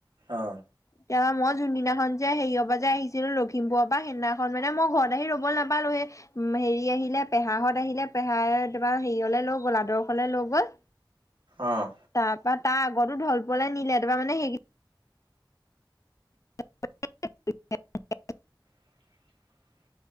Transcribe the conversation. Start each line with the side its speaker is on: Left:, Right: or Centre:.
Right: অ
Left: কেতিয়াবা মই যোনদিনাখন যে হেৰিয়ৰ পৰা যে আহিছিলো লখিমপুৰৰ পৰা, সেইদিনাখন মানে মই ঘৰত আহি ৰ'ব নাপালোৱে। উম হেৰি আহিলে পেহাহত আহিলে, পেহাই কেতিয়াবা হেৰিয়লে লৈ গ'ল, আদৰ্শলে লৈ গ'ল।
Right: অঁ।
Left: তাৰপৰা তাৰ আগতো ঢল পুৱাতে নিলে, তোমাৰ মানে সেই <inaudible>
Right: <inaudible>